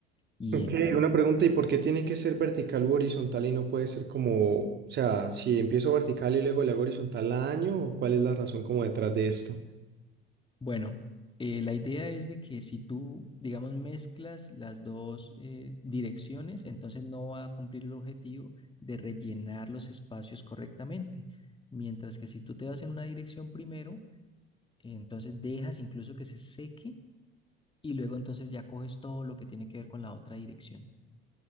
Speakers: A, on the left; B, on the right.
A: Y
B: Ok,
A: empiezo.
B: una pregunta, ¿y por qué tiene que ser vertical u horizontal y no puede ser como, o sea, si empiezo vertical y luego le hago horizontal a año, o cuál es la razón como detrás de esto?
A: Bueno, eh, la idea es de que si tú, digamos, mezclas las dos eh, direcciones, entonces no va a cumplir el objetivo de rellenar los espacios correctamente. Mientras que si tú te vas en una dirección primero, eh, entonces dejas incluso que se seque y luego entonces ya coges todo lo que tiene que ver con la otra dirección.